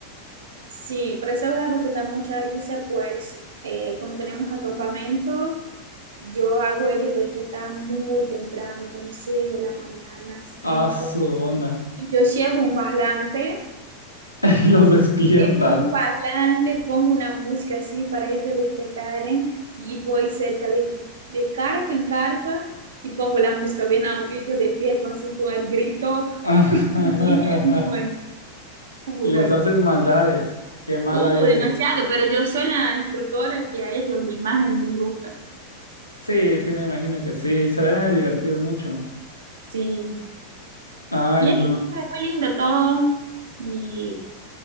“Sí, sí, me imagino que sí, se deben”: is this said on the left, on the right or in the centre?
Left